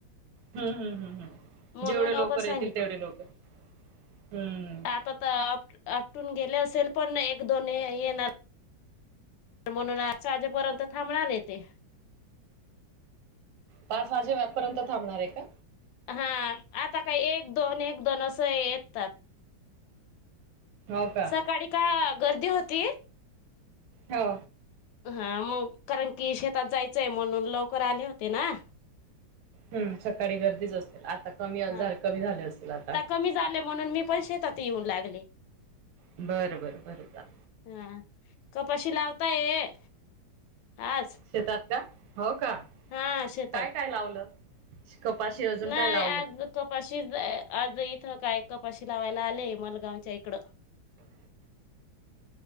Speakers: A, on the right (about 80°); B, on the left (about 80°).
A: हम्म हम्म हम्म हम्
B: म्हणून
A: जेवढे
B: लवकर
A: लोक राहतील
B: सांगितलं
A: तेवढे लोक हम्मम्म.
B: आता तर आप आपटून गेले असेल पण एक, दोन येणार तर म्हणून आ आजेपर्यंत थांबणार य तेे
A: पाच वाजेपर्यंत थांबणार आहे का?
B: हा आता काय एक दोन एक दोन असं येतात.
A: हो का
B: सकाळी का गर्दी होती?
A: हो.
B: हा मग कारण की शेतात जायचंय म्हणून लवकर आले होते ना.
A: हम्म सकाळी गर्दीच असते आता कमी
B: हा
A: झा कमी झाले असल आता.
B: कमी झाले म्हणून मी पार शेतात येऊन लागले.
A: ह <unintelligible> बर, बर, बर चाल.
B: हा कपाशी लावताय आज
A: शेतात. का हो का
B: हा शेतात
A: काय काय लावलं कपाशी अजून
B: नाही
A: काय लावल?
B: आज कपाशी आज इथं काय कपाशी लावायला आले मलगावच्या इकडं.
A: <inaudible>